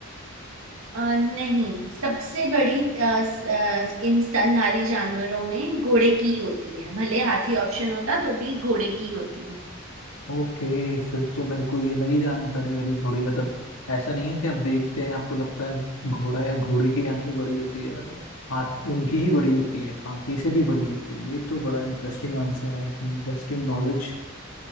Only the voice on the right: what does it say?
अ, नहीं सबसे बड़ी अ, स- अ, इन स्तनधारी जानवरों में घोड़े की होती है भले हाथी ऑप्शन होता तो भी घोड़े की होती है